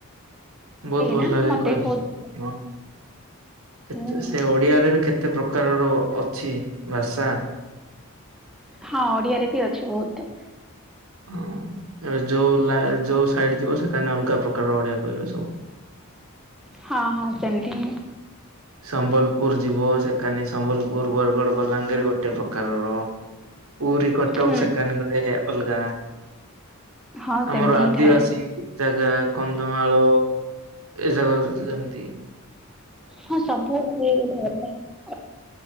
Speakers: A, on the right; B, in the centre.
A: ବହୁତ ଭଲ
B: ନା
A: ଲାଗେ
B: ମତେ
A: କହିଲି
B: ବି ବହୁତ
A: ହଁ କେତେ
B: ହୁଁ
A: ସେ ଓଡିଆରେ ବି କେ କେତେ ପ୍ରକାରର ଅଛି ଭାଷା?
B: ହଁ ଓଡିଆରେ ବି ଅଛି ବହୁତ।
A: ହଁ ଏବେ ଯୋଉ ଲାଏ ଯୋଉ ସାଇଡ୍ ଯିବ ସେକାନେ ଅଲଗା ପ୍ରକାରର ଓଡିଆ କହିବେ ସବୁ।
B: ହଁ ହଁ ସେମତି ହିଁ ।
A: ସମ୍ବଲପୁର ଯିବ ସେକାନି ସମ୍ବଲପୁର ବରଗଡ ବଲାଙ୍ଗୀର ଗୋଟେ ପ୍ରକାରର । ପୁରୀ କଟକ
B: ହୁଁ
A: ସେକାନେ ଗଲେ ଅଲଗା ।
B: ହଁ ସେମିତି
A: ଆମର ଆଦିବାସୀ
B: ହିଁ ଥାଏ
A: ଜାଗା କନ୍ଧମାଳ ଏ ଜାଗା ଯେମିତି ।
B: ହଁ ସବୁ ଆଡେ ଗୋଟେ ଅଲଦା ।